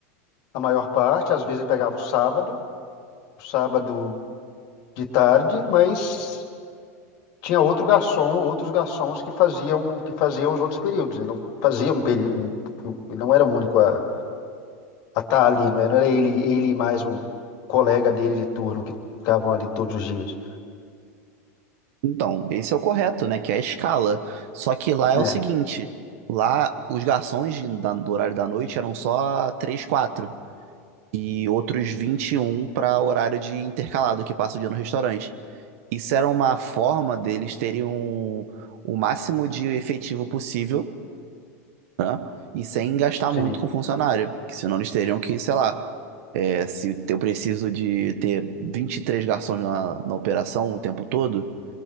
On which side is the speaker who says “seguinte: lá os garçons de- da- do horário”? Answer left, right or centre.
Right